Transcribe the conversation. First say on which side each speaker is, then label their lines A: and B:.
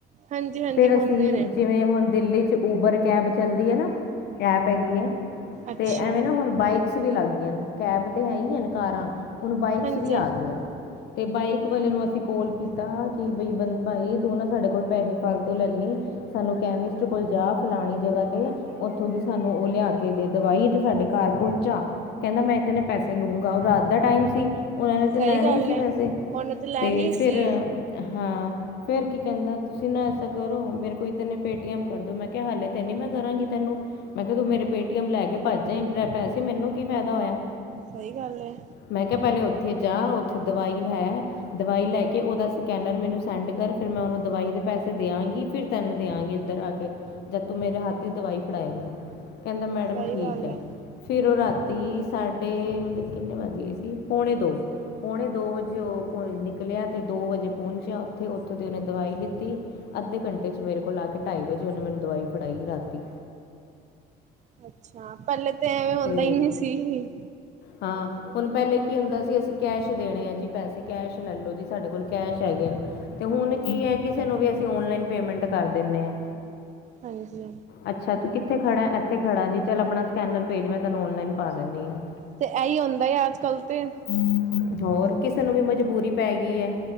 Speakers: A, on the right (about 45°); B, on the left (about 75°).
A: ਹਾਂਜੀ ਹਾਂਜੀ
B: ਫਿਰ
A: ਹੁੰਦੇ
B: ਅਸੀਂ
A: ਨੇ
B: ਜਿਵੇਂ ਹੁਣ ਦਿੱਲੀ ਚ ਉਬਰ ਕੈਬ ਚੱਲਦੀ ਐ ਨਾ ਕੈਪ ਹੈਗੀ ਐ,
A: ਅੱਛਾ
B: ਤੇ ਐਵੇਂ ਨਾ ਹੁਣ ਬਾਈਕਸ ਵੀ ਲੱਗ ਗਈ ਹਨ ਕੈਬ ਤੇ ਹੈ ਹੀ ਹਨ ਕਾਰਾਂ, ਹੁਣ ਬਾਈਕਸ
A: ਹਾਂਜੀ
B: ਵੀ ਆ ਗਈਆਂ ਅਨ। ਤੇ ਬਾਈਕ ਵਾਲੇ ਨੂੰ ਅਸੀਂ ਕੋਲ ਕੀਤਾ ਕਿ ਬੀ ਬੰ ਭਾਈ ਤੂੰ ਨਾ ਸਾਡੇ ਕੋਲ ਪੈਸੇ ਫਾਲਤੂ ਲੈ ਲੇ ਸਾਨੂੰ ਕੈਮਿਸਟ ਕੋਲ ਜਾ ਫਲਾਣੀ ਜਗ੍ਹਾ ਤੋ ਉੱਥੋਂ ਦੀ ਸਾਨੂੰ ਉਹ ਲਿਆ ਕੇ ਦੇ ਦਵਾਈ ਤੇ ਸਾਡੇ ਘਰ ਪਹੁੰਚਾ। ਕਹਿੰਦਾ ਮੈਂ ਈਤਨੇ ਪੈਸੇ ਲੂਗਾ ਰਾਤ ਦਾ ਟਾਈਮ ਸੀ। ਉਨਾਂ ਨੇ ਤੇ
A: ਸਹੀ
B: ਲੈਣਾ
A: ਗੱਲ
B: ਈ ਸੀ
A: ਏ
B: ਪੈਸੇ,
A: ਉਹਨੇ ਲੈਣੀ
B: ਤੇ ਫਿਰ
A: ਸੀ
B: ਹਾਂ। ਫੇਰ ਕੀ ਕਹਿੰਦਾ ਤੁਸੀਂ ਨਾ ਐਸਾ ਕਰੋ ਮੇਰੇ ਕੋਈ ਤੈਨ ਪੇਟੀਐਮ ਕਰਦੋ ਮੈਂ ਕਿਹਾ ਹਾਲੇ ਤੇ ਨੀ ਮੈਂ ਕਰਾਂਗੀ ਤੈਨੂੰ ਮੈਂ ਕਿਹਾ ਤੂੰ ਮੇਰੇ ਪੇਟੀਐਮ ਲੈ ਕੇ ਭੱਜੇ ਪੈਸੇ ਮੈਨੂੰ ਕੀ ਫਾਇਦਾ ਹੋਇਆ।
A: ਸਹੀ ਗੱਲ ਏ।
B: ਮੈਂ ਕਿਹਾ ਪਹਿਲੇ ਉੱਥੇ ਜਾ ਉੱਥੇ ਦਵਾਈ ਲੈ ਦਵਾਈ ਲੈ ਕੇ ਉਦਾ ਸਕੈਨਰ ਮੈਨੂੰ ਸੈਂਡ ਕਰ ਫਿਰ ਮੈਂ ਉਹਨੂੰ ਦਵਾਈ ਦੇ ਪੈਸੇ ਦਿਆਂਗੀ। ਫਿਰ ਤੈਨੂੰ ਦਿਆਂਗੀ ਇੱਧਰ ਆ ਕੇ, ਜਦ ਤੂੰ ਮੇਰੇ ਹੱਥ ਦੀ ਦਵਾਈ ਫੜਾਏਂਗਾ। ਕਹਿੰਦਾ ਮੈਡਮ
A: ਸਹੀ
B: ਠੀਕ
A: ਗੱਲ
B: ਐ।
A: ਏ
B: ਫਿਰ ਉਹ ਰਾਤੀ ਸਾਡੇ ਮਤਲਬ ਕਿੰਨੇ ਵੱਜ ਗੇ ਸੀ ਪੌਣੇ ਦੋ ਪੌਣੇ ਦੋ ਵਜੇ ਉਹ ਘਰੋ ਨਿਕਲਿਆ ਤੇ ਦੋ ਵਜੇ ਪਹੁੰਚਿਆ ਉੱਥੇ -ਉੱਥੋਂ ਦੀ ਉਹਨੇ ਦਵਾਈ ਲਿੱਤੀ ਅੱਧੇ ਘੰਟੇ ਚ ਮੇਰੇ ਕੋਲ ਆ ਕੇ ਢਾਈ ਵਜੇ ਉਹਨੇ ਮੈਨੂੰ ਦਵਾਈ ਫੜਾਈ ਰਾਤੀ।
A: ਅੱਛਾ ਪਹਿਲੇ ਤੇ ਐਵੇਂ
B: ਅਤੇ
A: ਹੁੰਦਾ ਈ ਨੀ ਸੀ।
B: ਹਾਂ, ਹੁਣ ਪਹਿਲੇ ਕੀ ਹੁੰਦਾ ਸੀ ਅਸੀਂ ਕੈਸ਼ ਦੇਣੇ ਆ ਜੀ ਪੈਸੇ ਕੈਸ਼ ਲੈ ਲਓ ਜੀ ਸਾਡੇ ਕੋਲ ਕੈਸ਼ ਹੈਗੇ ਨੇ ਤੇ ਹੁਣ ਕੀ ਹੈ ਕਿਸੇ ਨੂੰ ਵੀ ਅਸੀਂ ਓਨਲਾਈਨ ਪੇਮੈਂਟ ਕਰ ਦਿੰਦੇ ਆ।
A: ਹਾਂਜੀ
B: ਅੱਛਾ ਤੂੰ ਕਿੱਥੇ ਖੜਾ ਇੱਥੇ ਖੜਾ ਜੀ ਚੱਲ ਆਪਣਾ ਸਕੈਨਰ ਭੇਜ ਮੈਂ ਤੈਨੂੰ ਔਨਲਾਈਨ ਪਾ ਦਿੰਦੀ ਆ।
A: ਤੇ ਆਹੀ ਹੁੰਦਾ ਹੈ ਅੱਜ ਕੱਲ੍ਹ ਤੇ।
B: ਹੂੰ ਹੋਰ ਕਿਸੇ ਨੂੰ ਵੀ ਮਜਬੂਰੀ ਪੈ ਗਈ ਐ।